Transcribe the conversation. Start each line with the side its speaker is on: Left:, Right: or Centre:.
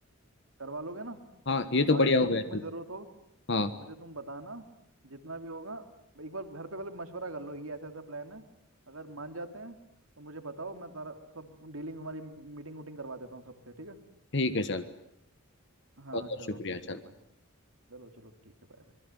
Right: करवा लोगे ना
Left: हाँ ये
Right: और
Left: तो
Right: बाकी
Left: बढ़िया
Right: जो
Left: हो गया
Right: भी तुम्हें
Left: चल
Right: ज़रूरत हो
Left: हाँ
Right: मुझे तुम बताना जितना भी होगा एक बार घर पे पहले मशवरा कर लो ये ऐसा ऐसा प्लान है अगर मान जाते हैं तो मुझे बताओ मैं तारा सब डीलिंग तुम्हारी मीटिंग वूटिंग करवा देता हूँ सबसे ठीक है
Left: ठीक है चल
Right: हाँ
Left: बहुत बहुत
Right: चलो
Left: शुक्रिया
Right: ठीक
Left: चल
Right: है भाई चलो चलो ठीक है बाय